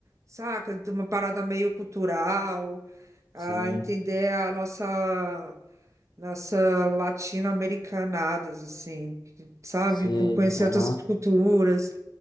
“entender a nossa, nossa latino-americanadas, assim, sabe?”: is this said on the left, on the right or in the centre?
Right